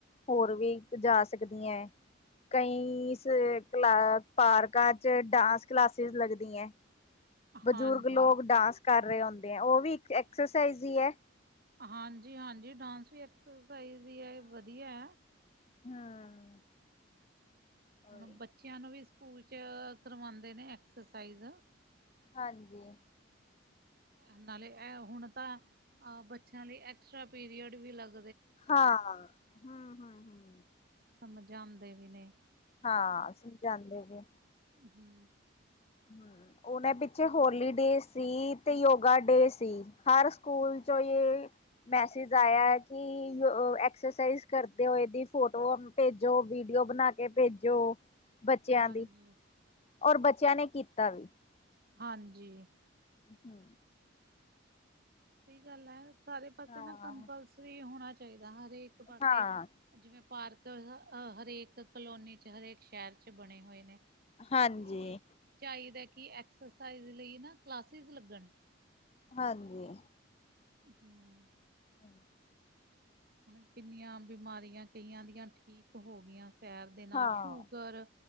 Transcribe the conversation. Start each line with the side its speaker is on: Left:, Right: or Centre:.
Left: ਹੋਰ ਵੀ ਜਾ ਸਕਦੀਆ। ਕਈ ਸਵੇਰੇ ਪਾਰਕਾਂ ਚ ਟਾਕ ਕਲਾਸਿਸ ਲੱਗਦੀ ਐ। ਬਜ਼ੁਰਗ
Right: ਹਾਂਜੀ
Left: ਲੋਕ ਡਾਂਸ ਕਰ ਰਹੇ ਹੁੰਦੇ ਆ ਉਹ ਵੀ ਇੱਕ ਐਕਸਰਸਾਈਜ਼ ਹੀ ਐ।
Right: ਹਾਂਜੀ-ਹਾਂਜੀ ਡਾਂਸ ਵੀ ਐਕਸਰਸਾਈਜ਼ ਹੀ ਹੈ ਵਧੀਆ ਐ।
Left: ਹਾਂ।
Right: ਹੁਣ
Left: ਉਹੀ
Right: ਬੱਚਿਆਂ ਨੂੰ ਵੀ ਸਕੂਲ ਚ ਕਰਵਾਉਦੇ ਨੇ ਐਕਸਰਸਾਈਜ਼,
Left: ਹਾਂਜੀ।
Right: <unintelligible> ਨਾਲੇ ਐ ਹੁਣ ਅ ਤਾਂ ਅ ਬੱਚਿਆਂ ਲਈ ਐਕਸਟਰਾ ਪੀਰੀਅਡ ਵੀ ਲੱਗ
Left: ਹਾਂ, ਹੂੰ-ਹੂੰ-ਹੂੰ।
Right: ਸਮਝਾਦੇ ਵੀ ਨੇ,
Left: ਹਾਂ ਸਮਝਾਦੇ ਵੀ,
Right: ਹੂੰ।
Left: ਹੂੰ। ਹੁਣੇ ਪਿੱਛੇ ਹੋਲੀ ਡੇ ਸੀ ਤੇ ਯੋਗਾ ਡੇ ਸੀ। ਹਰ ਸਕੂਲ ਚੋ ਜੇ, ਮੈਸੇਜ ਆਇਆ ਹੈ ਕਿ ਅ ਐਕਸਰਸਾਈਜ਼ ਕਰਦੇ ਹੋਏ ਦੀ ਫੋਟੋ, ਭੇਜੋ ਵੀਡੀਓ ਬਣਾ ਕੇ ਭੇਜੋ, ਬੱਚਿਆਂ
Right: ਹਾਂਜੀ
Left: ਦੀ। ਔਰ ਬੱਚਿਆਂ ਨੇ ਕੀਤਾ ਵੀ।
Right: ਹਾਂਜੀ।
Left: ਹੂੰ।
Right: ਸਹੀ ਗੱਲ ਆ ਸਾਰੇ ਪਾਸੇ
Left: ਹਾਂ
Right: ਨਾ ਕੰਪਲਸਰੀ ਹੋਣਾ ਚਾਹੀਦਾ ਹਰੇਕ ਪਾਸੇ।
Left: ਹਾਂ
Right: ਜਿਵੇਂ ਪਾਰਕ ਅ ਹਰੇਕ ਕਲੋਨੀ ਚ ਹਰੇਕ ਸ਼ਹਿਰ ਚ ਬਣੇ ਹੋਏ ਨੇ, ਉੱਥੇ
Left: ਹਾਂਜੀ
Right: ਚਾਹੀਦਾ ਹੈ ਕਿ ਐਕਸਰਸਾਈਜ਼ ਲਈ ਨਾ ਕਲਾਸਿਸ ਲੱਗਣ।
Left: ਹਾਂਜੀ।
Right: ਹੂੰ।
Left: ਹੂੰ।
Right: ਹੁਣ ਕਿੰਨੀਆ ਬਿਮਾਰੀਆਂ ਕਈਆ ਦੀਆਂ ਠੀਕ ਹੋ ਗਈਆ ਸ ਸ਼ੈਰ ਦੇ ਨਾਲ
Left: ਹਾਂ
Right: ਸ਼ੂਗਰ,